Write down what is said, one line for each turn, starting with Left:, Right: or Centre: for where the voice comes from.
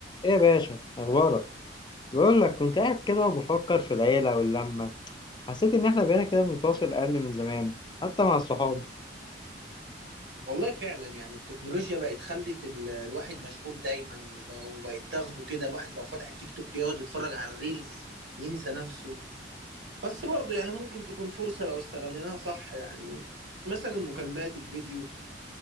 Left: ايه يا باشا اخبارك بقول لك كنت قاعد كده وبفكر في العيله واللمه حسيت ان احنا بقينا كده بنتواصل اقل من زمان حتى مع الصحاب
Right: والله فعلا يعني التكنولوجيا بقت خلت ال- الواحد مشغول دايما وب- وبقت تاخده كده الواحد لو فتح التيك توك يقعد يتفرج على الريلز ينسى نفسه بس برضه يعني ممكن تكون فرصة لو استغليناها صح يعني مثلا المكالمات الفيديو